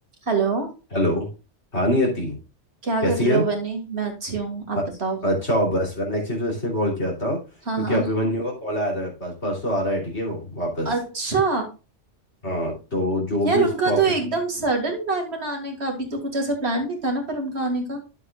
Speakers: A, on the right; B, on the left.
A: Hello
B: Hello हाँ नियति
A: क्या
B: कैसी
A: कर रहे
B: है
A: हो बनी मैं अच्छी हूँ आप
B: अ-
A: बताओ
B: अच्छा हो बस मैंने एक्चुअली तो इससे कॉल किया था क्योंकि
A: हाँ हाँ
B: अभिमन्यु का कॉल आया था मेरे पास परसों आ रहा है ठीक है वो वापस
A: अच्छा
B: हाँ तो जो
A: यार
B: भी
A: उनका
B: उस प्रॉपर्टी
A: तो एकदम
B: की
A: सडन प्लान बनाने का अभी तो कुछ ऐसा प्लान नहीं था ना पर उनका आने का